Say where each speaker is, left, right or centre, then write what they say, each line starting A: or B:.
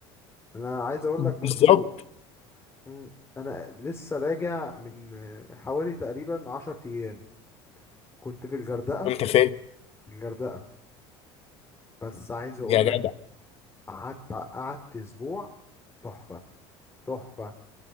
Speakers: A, on the left (about 15°); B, on the left (about 50°).
A: انا عايز اقول
B: بالظبط
A: لك برضو مم. انا لسه راجع من آه، حوالي تقريبا عشر ايام كنت في الغردقه
B: انت فاهم
A: الغردقه بس عايز اقول
B: يا جدع
A: لك قعدت قعدت اسبوع تحفه تحفه